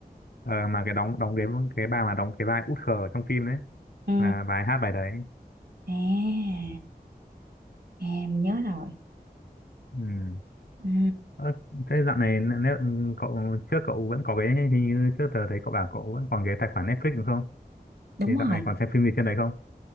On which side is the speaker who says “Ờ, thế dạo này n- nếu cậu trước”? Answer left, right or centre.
Left